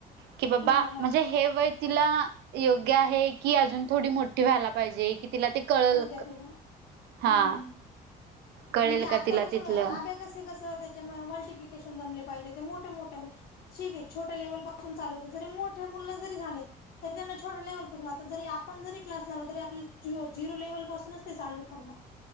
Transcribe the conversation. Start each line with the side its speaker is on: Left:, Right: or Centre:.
Right: की बाबा
Left: हा हा
Right: म्हणजे हे वय तिला योग्य आहे की अजून थोडी मो ठी व्हायला पाहिजे कि तिला ते कळल
Left: तर तिला
Right: हा
Left: हम्म
Right: कळेल
Left: म्हणजे आतापासून
Right: का तिला तिथलं
Left: अभ्याकसे कसं ते च्या मल्टीप्लिकेशन जमले पाहिजे ते मोठ्या-मोठ्या शिग आहे छोट्या लेवल पासून चालू होतं जरी मोठे मुलं जरी झाले तरी त्यांना छोट लेव्हल पासून आता जरी आपण जरी क्लास लावला तरी आ पल जियो जिरो लेव्हल पासूनच ते चालू करणार.